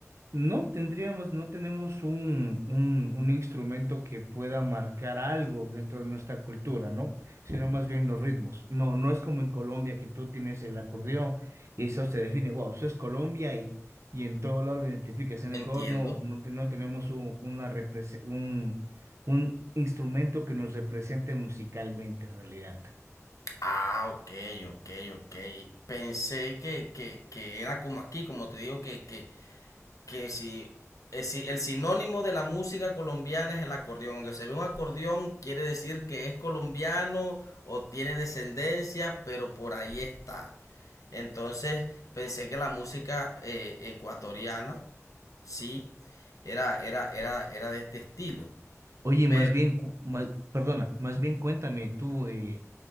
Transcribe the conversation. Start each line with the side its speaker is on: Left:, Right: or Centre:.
Right: No tendríamos, no tenemos un, un, un instrumento que pueda marcar algo dentro de nuestra cultura, ¿no? Sino más bien los ritmos. No, no es como en Colombia que tú tienes el acordeón y eso se define, wow, eso es Colombia y, y en todo lado lo identificas. En
Left: Entiendo.
Right: Ecuador no, no, te- no tenemos un, una represe- un, un instrumento que nos represente musicalmente en realidad.
Left: Ah, ok, ok, ok. Pensé que, que, que era como aquí, como te digo, que, que, que si, eh, si el sinónimo de la música colombiana es el acordeón. Donde se ve un acordeón quiere decir que es colombiano o tiene descendencia, pero por ahí está. Entonces pensé que la música eh, ecuatoriana, sí, era, era, era, era de este estilo.
Right: Oye,
Left: Pero
Right: más bien, cu- más- perdona, más bien cuéntame tú, eh,